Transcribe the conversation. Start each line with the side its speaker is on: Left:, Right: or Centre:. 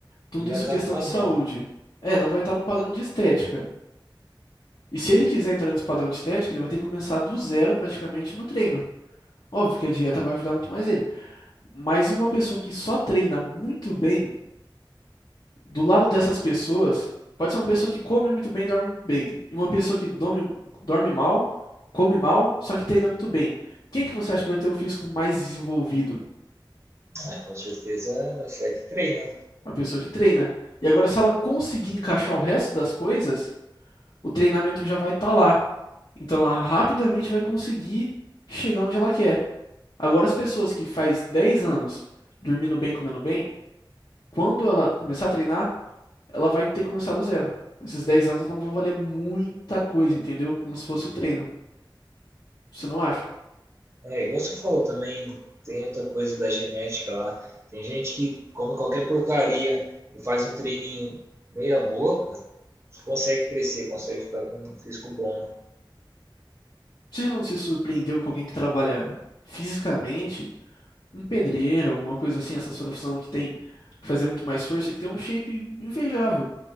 Left: Tudo
Right: Ele vai
Left: isso
Right: estar
Left: questão
Right: no padrão,
Left: de saúde. É, não vai estar num padrão
Right: né?
Left: de estética. E se ele quiser entrar nesse padrão de estética, ele vai ter que começar do zero praticamente no treino. Óbvio que a dieta vai ajudar muito mais ele. Mas uma pessoa que só treina muito bem, do lado dessas pessoas, pode ser uma pessoa que come muito bem, e dorme muito bem. E uma pessoa que dorme, dorme mal, come mal, só que treina muito bem. Quem que você acha que vai ter o físico mais desenvolvido?
Right: Ah, com certeza vai ser a que treina.
Left: A pessoa que treina. E agora, se ela conseguir encaixar o resto das coisas, o treinamento já vai estar lá. Então ela rapidamente vai conseguir chegar onde ela quer. Agora, as pessoas que faz 10 anos dormindo bem, comendo bem, quando ela começar a treinar, ela vai ter que começar do zero. Esses 10 anos não vão valer muita coisa, entendeu? Como se fosse o treino. Você não acha?
Right: É, igual você falou também, tem outra coisa da genética lá. Tem gente que come qualquer porcaria e faz um treininho meia boca, consegue crescer, consegue ficar com um físico bom, né?
Left: Você já não se surpreendeu com alguém que trabalha fisicamente, um pedreiro, alguma coisa assim, essa profissão que tem que fazer muito mais força, e que tem um shape invejável.